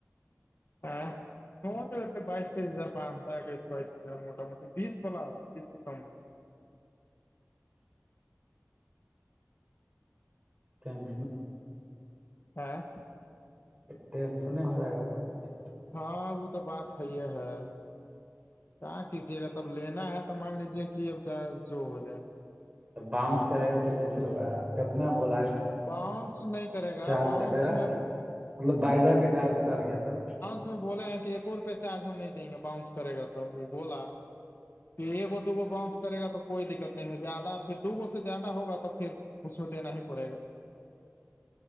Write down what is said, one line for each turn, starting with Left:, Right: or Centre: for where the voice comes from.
Left: ہاں ن تو بائیس تر بتا کرس بائس موٹ موٹی بیس پلاس بیس سے کم
Right: ٹینن
Left: ہاں
Right: ٹینسن نہیں ہو جائے گا منتھلی
Left: ہاں وہ تو بات ہےی ہے ہے کہاں کیجے گا تب لینا ہے تو مان لیجے کہ اب جو ہو جائے
Right: باؤنس کرے گا تو کیسے ہوگا کتنا بولا
Left: باؤنس نہیں کرے گا
Right: چارج
Left: باؤنس
Right: کٹیرا
Left: میں
Right: مطلب بائلوں کے کا کر گیا تو
Left: اس میں بولے ہیں کہ ایک روپئے چارج ہم نہیں دیں گے باؤنس کرے گا تو وہ بولا ایک دوگو بؤنس کرے گا تو کوئی دقت نہیں ہے زیادہ پھر دوگو سے زیادہ ہوگا تو پھر اس میں دینا ہی پڑے گا